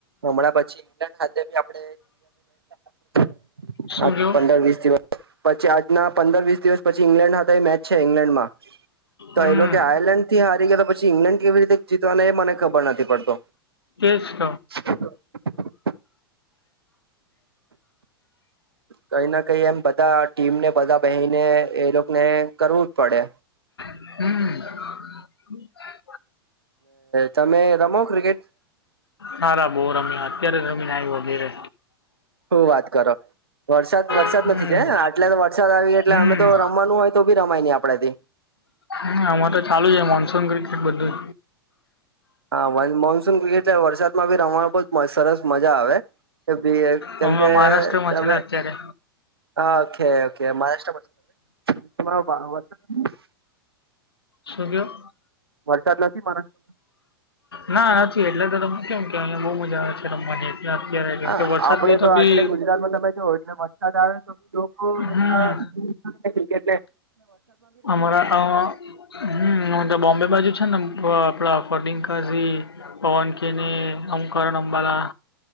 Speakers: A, on the right (about 80°); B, on the left (about 75°).
A: હમણાં પછી ઈંગ્લેન્ડ ખાતે બી આપે ઇન્ડિયા મે
B: શું
A: હા
B: કેવું
A: પંદર વીસ દિવસ પછી આજના પંદર વીસ દિવસ પછી ઈંગ્લેન્ડ હતા એ મેચ છે ઈંગ્લેન્ડમાં તો
B: હમ
A: એલે કે આયર્લેન્ડ થી હારી ગયા તો પછી ઈંગ્લેન્ડ કેવી રીતે જીતવાના એ મને ખબર નથી પડતો
B: કે
A: <unintelligible> કઈ ના કઈ એમ બ બધા ટીમને બધા બનીને એ લોકોને કરવું જ પડે
B: હમ
A: તમે રમો ક્રિકેટ
B: હાાર બહુ રમી્યા અત્યારે રમીને આવ વગેરે
A: હું વાત કરો વરસાદ વરસાદ
B: હમ
A: નથી છે આટલે વરસાદ આવી એટલે
B: હમ
A: અમે તો રમવાનું હોય તો બી રમાય આપણાથી
B: હ આમાં તો ચાલુ છે મોનસૂન ક્રિકેટ બધું
A: હા મોનસૂન એટલે વરસાદમાં ભી ર સરસ મજા આવેી
B: હમણાં
A: કેમકે
B: મહારાષ્ટ્રમાં
A: તમે
B: છે ને અત્યારે
A: હા ઓકે ઓકે મહારાષ્ટ્ર વર
B: શું કેયા
A: વરસાદ લ નથી મહારાષ્ટ્રમાં
B: ના નથી એટલે તો તમ કેમ કે અહીયા બહુ મજા આવે છે રમવાની એટલે અત્યારે કેમ
A: હા
B: કે વરસાદ
A: આપડે
B: ગયો
A: તો આટલે
B: બી
A: ગુજરાતમાં તમે જ એટલે વરસાદ આવે તો બી લોકો એટલા
B: હમ
A: ક્રિકેટલે
B: અમારા હમ તો બોમ્બે બાજુ છે ને આપડા ફર્લકાજી પવન કે ને અમકરણ અંબાલા